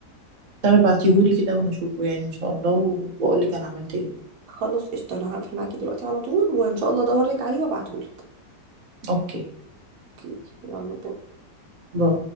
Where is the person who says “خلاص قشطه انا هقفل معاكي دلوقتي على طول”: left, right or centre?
Right